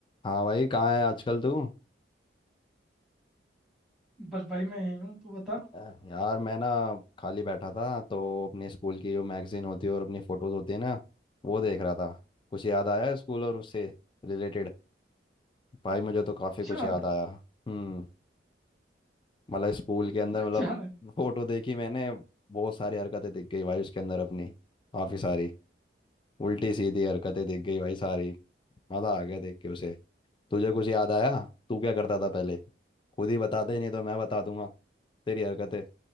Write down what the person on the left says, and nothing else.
हाँ भाई कहाँ है आजकल तू
अ, यार मैं ना खाली बैठा था तो अपने स्कूल की जो मैगजीन होती है और अपनी फ़ोटोज़ होती है ना वो देख रहा था कुछ याद आया स्कूल और उससे रिलेटेड भाई मुझे तो काफ़ी
कुछ याद आया हम्म मतलब स्कूल के अंदर
मतलब फ़ोटो देखी मैंने बहुत सारी हरकतें दिख गई भाई उसके अंदर अपनी काफ़ी सारी उल्टी सीधी हरकतें दिख गई भाई सारी मज़ा आ गया देख के उसे तुझे कुछ याद आया तू क्या करता था पहले खुद ही बता दे नहीं तो मैं बता दूंगा तेरी हरकतें